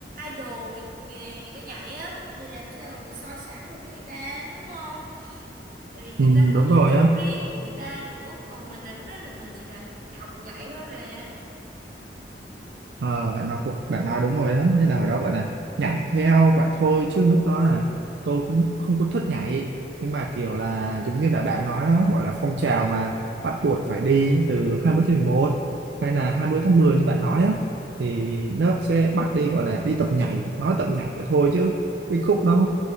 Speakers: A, on the right; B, on the right.
A: idol người, người, người ta nhảy á thì làm sao mà mình so sánh được với người ta đúng không? tại vì người
B: Ừ,
A: ta có
B: đúng
A: những
B: rồi
A: chất
B: á
A: riêng của người ta nữa còn mình là lúc đó là mình chỉ là học nhảy thôi mà
B: Ờ, bạn nói cũng bạn nói đúng rồi đó nên là ở đó gọi là nhảy theo vậy thôi chứ lúc đó là tôi cũng không có thích nhảy nhưng mà kiểu là giống như là bạn nói đó gọi là phong trào mà bắt buộc phải đi từ 20 tháng 11 hay là 20 tháng 10 như bạn nói á thì lớp sẽ bắt đi gọi là đi tập nhảy nói tập nhảy vậy thôi chứ cái khúc đó